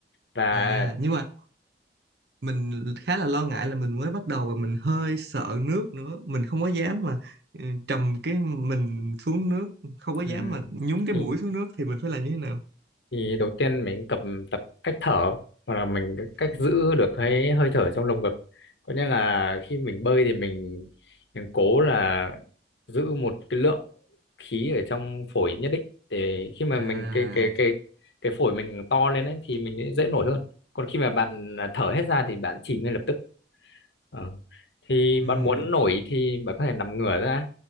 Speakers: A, on the left; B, on the right.
A: và
B: à nhưng mà mình khá là lo ngại là mình mới bắt đầu và mình hơi sợ nước nữa mình không có dám mà ừ, trầm cái mình xuống nước không có dám
A: Ừ,
B: mà nhúng
A: thì
B: cái mũi xuống nước thì mình phải làm như thế nào
A: thì đầu tiên mình tập tập cách thở hoặc là mình cái cách
B: Ừ.
A: giữ được cái hơi thở trong lồng ngực có nghĩa là khi mình bơi thì mình, mình cố là giữ một cái lượng khí ở trong phổi nhất định để khi mà
B: à
A: mình cái cái cái cái phổi mình to lên ấy, thì mình sẽ dễ nổi hơn còn khi mà bạn thở hết ra thì bạn chìm ngay lập tức Ờ. thì bạn
B: ừ.
A: muốn nổi thì bạn có thể nằm ngửa ra